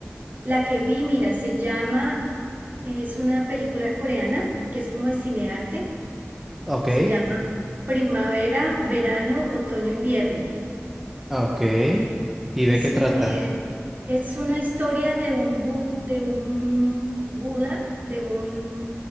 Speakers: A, on the right (about 40°); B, in the centre.
A: La que vi, mira, se llama, es una película coreana que es como de cinearte.
B: Ok,
A: Se llama Primavera, Verano, Otoño, Invierno.
B: ok. ¿Y de
A: Es
B: qué trata?
A: un, eh, es una historia de un, bu- de un Buda, de un,